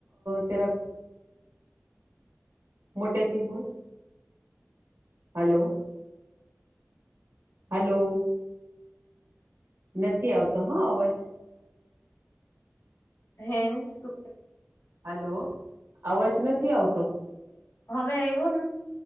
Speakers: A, on the right; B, on the left.
A: જરાક મોટે થી બોલ. હલો. હલો. નથી આવતો હા અવાજ.
B: હે સુ
A: હલો અવાજ નથી આવતો.
B: હવે આવ્યો ને